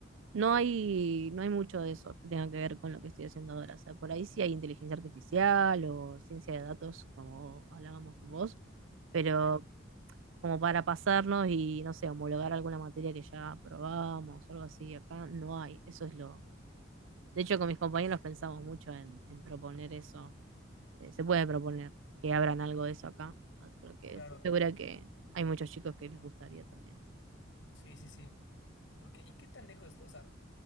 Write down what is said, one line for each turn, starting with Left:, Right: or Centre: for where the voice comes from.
Right: no hay, no hay mucho de eso que tenga que ver con lo que estoy haciendo ahora. O sea, por ahí sí hay inteligencia artificial o ciencia de datos, como hablábamos con vos, pero
Left: Claro,
Right: como para pasarnos y, no sé, homologar alguna materia que ya probamos o algo así, acá no hay. Eso es lo... De hecho, con mis compañeros pensamos mucho en, en proponer eso. Eh, se puede proponer que abran algo de eso acá, ah, porque
Left: claro.
Right: estoy segura que hay muchos chicos que les gustaría también.
Left: Sí, sí, sí. Porque, ¿y qué tan lejos? O sea,